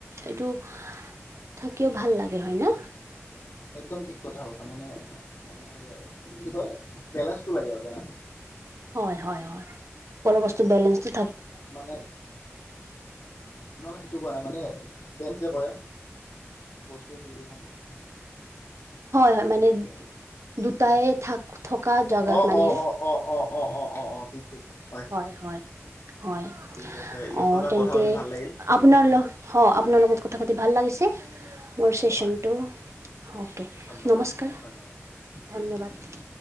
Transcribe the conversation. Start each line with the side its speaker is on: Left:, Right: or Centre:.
Right: এইটো থাকিও ভাল লাগে হয় না।
Left: একদম ঠিক কথা কৈছা মানে মানে সেই আৰু কি বুলি কয় বেলেঞ্চটো লাগে আৰু বেলেঞ্চটো।
Right: হয়, হয়, হয় সকলো বস্তু বেলেঞ্চ টো।
Left: মানে নহ নহয় সেইটো কোৱা নাই মানে বেঞ্চে কৰে। বস্তু বিজিছে নো <unintelligible>
Right: হয়, হয় মানে
Left: আৰু
Right: দুটাই থাক থকা জেগাত
Left: অ অ
Right: মানে।
Left: অ', অ', অ', অ', অ', অ', ঠিক কৈছা হয়।
Right: হয় হয়, হয়।
Left: ঠিক আছে <unintelligible>
Right: অঁ তেন্তে
Left: কথা পাতি ভাল লাগিল।
Right: আপোনাৰ লগ হ আপোনাৰ লগত কথা পাতি ভাল লাগিছে। মোৰ চেচনটো
Left: হয়
Right: অ'কে।
Left: ধন্যবাদ
Right: নমস্কাৰ
Left: ধন্যবাদ ঠিক
Right: ধন্যবাদ।
Left: আছে